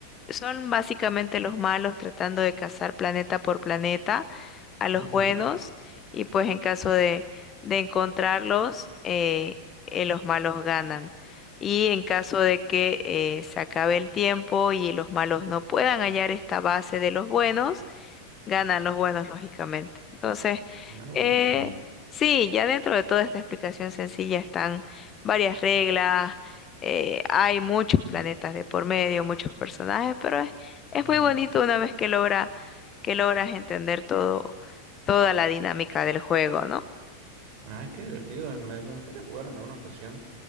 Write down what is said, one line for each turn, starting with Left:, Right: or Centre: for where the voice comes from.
Left: son básicamente los malos tratando de cazar planeta por planeta a los
Right: ujú.
Left: buenos y pues en caso de, de encontrarlos, eh, eh, los malos ganan. Y en caso de que eh, se acabe el tiempo y los malos no puedan hallar esta base de los buenos, ganan los buenos, lógicamente. Entonces,
Right: Ah, buenísimo.
Left: eh, sí, ya dentro de toda esta explicación sencilla están varias reglas, eh, hay muchos planetas de por medio, muchos personajes, pero es, es
Right: Ujú.
Left: muy bonito una vez que logra, que logras entender todo, toda la dinámica del juego, ¿no?
Right: Ay, qué divertido. Me, me gustaría jugar en alguna ocasión.